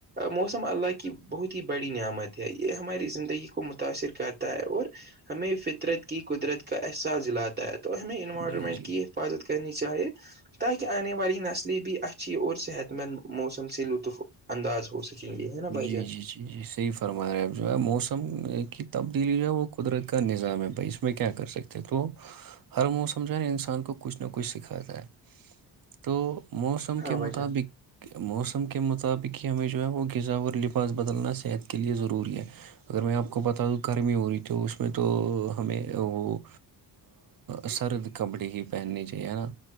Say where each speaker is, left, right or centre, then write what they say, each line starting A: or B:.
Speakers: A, on the right (about 25°); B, on the right (about 55°).
A: موسم اللہ کی بہت ہی بڑی نعمت ہے یہ ہماری زندگی کو متاثر کرتا ہے اور ہمیں فطرت کی قدرت کا احساس دلاتا ہے تو ہمیں انوائرمنٹ
B: جی جی
A: کی حفاظت کرنی چاہے تاکہ آنے والی نسلیں بھی اچھی اور صحت مند موسم سے لطف انداز ہو سکے چنگی ہے ن بائی
B: جی جی جی جی صحیح فرما رہے اب جو ہے موسم کی تبدیلی جو ہے وہ قدرت کا کا نظام ہے بھائی اس میں کیا کر سکتے ہیں تو ہر موسم جو ہے نا انسان کو کچھ نہ کچھ سکھاتا ہے تو موسم
A: ہاں
B: کے
A: بھائی
B: مطابق
A: جان
B: موسم کے مطابق ہی ہمیں جو ہے وہ ذا اور لفاظ بدلنا صحت کے لیے ضروری ہے اگر میں آپ کو بتا دوں گرمی ہو رہی تو اس میں تو ہمیں وہ سرد کپڑی ہی پہننی چاہی ہے نا